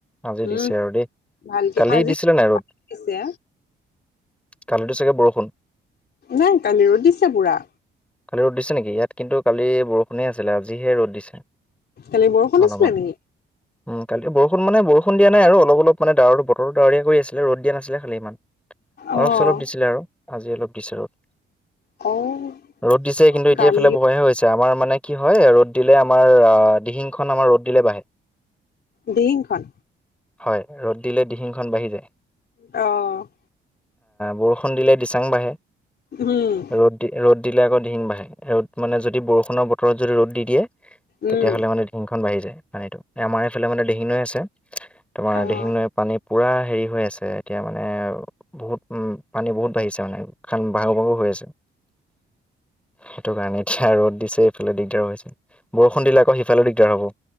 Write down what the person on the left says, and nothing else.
উম
ভালকে
আজি
দিছে,
নাই কালি ৰ'দ দিছে পোৰা।
কালি বৰষুণ
দিছিলে নেকি?
অ',
অ'
কালি
দিহিংখন
অ'
উম্।
উম,
অ'।